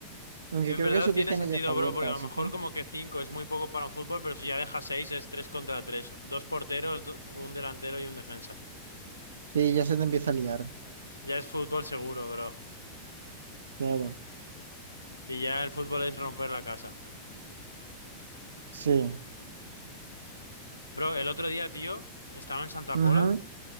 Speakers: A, on the right; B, on the left.
A: Aunque
B: En
A: creo
B: verdad
A: que su
B: tiene
A: piscina
B: sentido,
A: ya está abierta,
B: bro, porque a
A: así
B: lo mejor
A: que.
B: como que cinco es muy poco para un fútbol, pero si ya deja seis es tres contra tres. Dos porteros, do- un delantero y un defensa.
A: Sí, ya se te empieza a liar.
B: Ya es fútbol seguro, bro.
A: Claro.
B: Y ya el fútbol es romper la casa.
A: Sí.
B: Bro, el otro día, tío, estaba en Santa
A: Ujú,
B: Pola.